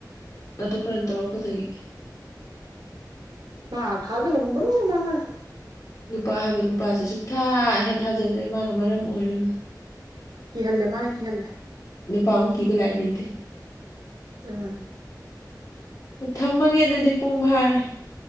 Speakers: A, on the left; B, on the right.
A: ꯑꯗꯨ ꯀꯔꯝ ꯇꯧꯔꯛꯄꯗꯒꯤ
B: ꯃꯥ ꯊꯥꯖꯕ ꯃꯪꯍꯜꯂꯦ꯫
A: ꯅꯨꯄꯥ ꯍꯥꯏꯕ ꯅꯨꯄꯥꯁꯦ ꯁꯨꯛꯊꯥ ꯍꯦꯛ ꯊꯥꯖꯗ꯭ꯔꯦ ꯃꯥꯅ ꯃꯔꯝ ꯑꯣꯏꯔꯒ
B: ꯀꯤꯍꯜꯂꯦ ꯃꯥꯅꯦ ꯀꯤꯍꯜꯂꯦ
A: ꯅꯨꯄꯥꯃꯨ ꯀꯤꯕ ꯂꯥꯏꯔꯤ ꯂꯩꯇꯦ꯫
B: <unintelligible>
A: ꯑꯣ ꯊꯝꯃꯒꯦ ꯑꯗꯨꯗꯤ ꯄꯨꯡ ꯐꯥꯔꯦ꯫